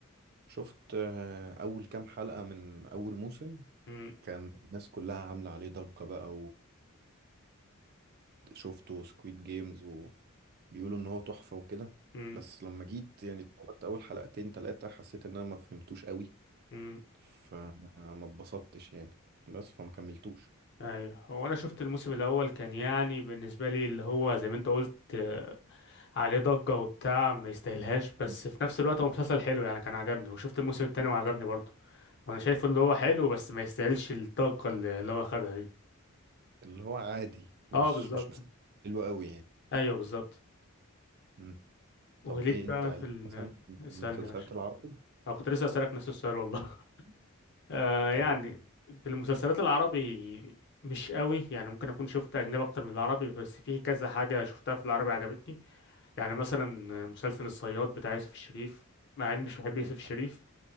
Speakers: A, on the right; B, on the left.
A: شفت آه، اول كام حلقة من اول موسم
B: مم.
A: كان الناس كلها عاملة عليه ضجة بقى وشفته سكويد جيمز بيقولوا ان هو تحفة وكده
B: مم.
A: بس لما جيت يعني اتفرجت اول حلقتين تلاتة حسيت ان انا ما فهمتوش قوي
B: مم.
A: فما اتبسطتش يعني بس فما كملتوش
B: ايوه هو انا شفت الموسم الاول كان يعني بالنسبه لي اللي هو زي ما انت قلت آه، عليه ضجه وبتاع ما يستاهلهاش بس
A: مم.
B: في نفس الوقت هو مسلسل حلو يعني كان عجبني وشفت الموسم التاني وعجبني برضه وانا شايف اللي هو حلو بس ما يستاهلش الضجه اللي اللي هو خدها دي
A: اللي هو عادي مش
B: اه بالظبط
A: مش مسلسل حلو قوي يعني
B: ايوه بالظبط
A: مم.
B: وليك
A: طب ايه انت
B: بقى
A: ليك
B: في ال...
A: مثلا في
B: اسالني
A: المسلسلات
B: ماشي
A: العربي
B: انا كنت لسه اسالك نفس السؤال والله <laughs> آه يعني
A: طب قول.
B: في المسلسلات العربي مش قوي يعني ممكن اكون شفت اجنبي اكتر من العربي بس في كذا حاجه شفتها في العربي عجبتني يعني مثلا مسلسل الصياد بتاع يوسف الشريف مع اني مش بحب يوسف
A: <laughs>
B: الشريف